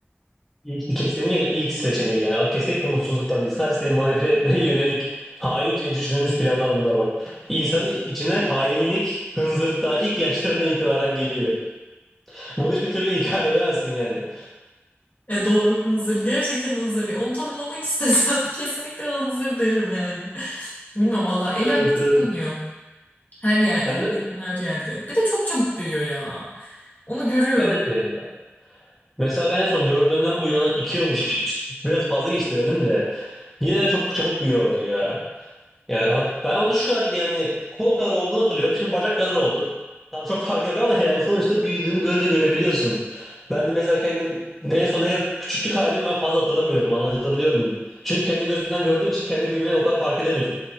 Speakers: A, in the centre; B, on the left (about 40°).
A: İlk, kesinlikle ilk seçeneği yani kesinlikle mutsuzluktan değil. Sadece seni manipüle etmeye yönelik haince düşünülmüş planlar bunlar bak. İnsanın içine hainlik, hınzırlık daha ilk yaşlarından itibaren geliyor. Bunu hiçbir türlü inkar edemezsin yani.
B: E doğru hınzır gerçekten hınzır onu tanımlamak istesem <laughs> kesinlikle hınzır derim yani. Bilmem valla ele
A: Evet,
B: alışılmıyor.
A: evet.
B: Her yerde,
A: Efendim?
B: her zaman her yerde. Bir de çok çabuk büyüyor ya. Onu görüyorum.
A: Evet ya. Mesela ben en son gördüğümden bu yana 2 yıl <laughs> geçti. Biraz fazla geçti benim de. Yine de çok çabuk büyüyorlar ya. Yani hat- ben onu şu kadar yani kol kadar olduğunu hatırlıyorum. Şimdi bacak kadar oldu. Tamam çok fark yok ama <laughs> yani sonuçta büyüdüğünü gözle görebiliyorsun. Ben de mesela kendim en son ne küçüklük halimi ben fazla hatırlamıyorum. Anlatabiliyor muyum? Çünkü kendi gözünden gördüğün için kendi büyümeni o kadar fark edemiyorsun.